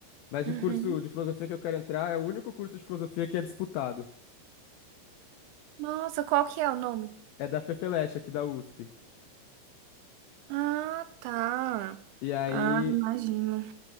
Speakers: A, on the left; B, on the right.
A: mas
B: Uhum.
A: o curso de filosofia que eu quero entrar é o único curso de filosofia que é disputado.
B: Nossa, qual que é o nome?
A: É da Fefeleche, aqui da USP.
B: Ah, tá.
A: E aí,
B: Ah, imagino.